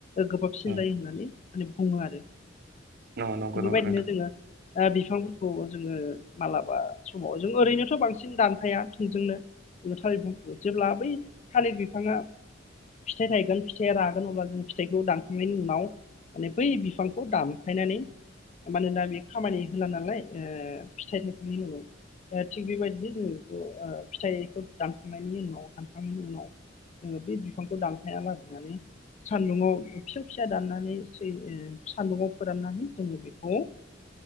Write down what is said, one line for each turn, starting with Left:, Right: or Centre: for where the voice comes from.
Left: गोबाबसिन
Right: औ
Left: जायो होननानै माने बुङो आरो।
Right: नंगौ नंगौ
Left: थिग बेबायदिनो
Right: नंगौ नोंथां।
Left: जोङो ओ बिफांफोरखौ जोङो मालाबा समाव जों ओरैनोथ' बांसिन दानफाया थोंजोंनो जोङो थालिर बंफांखो जेब्ला बै थालिर बिफांआ फिथाइ थायगोन फिथाइया रागोन अब्ला जों फिथाइखौ दानखांनायनि उनाव माने बै बिफांखौ दामफायनानै माने दा बे खामानि होला नालाय ओ फिथाइ थाइखांनायनि उनाव ओ थिग बेबायदिनो जोङो बेखौ ओ फिथाइखौ दानखांनायनि उनाव हानखांनायनि उनाव जोङो बे बिफांखौ दानफायाबा होननानै सान्दुंआव फिसा फिसा दाननानै सै ओ सान्दुंङाव फोराननानै जोङो बेखौ ओ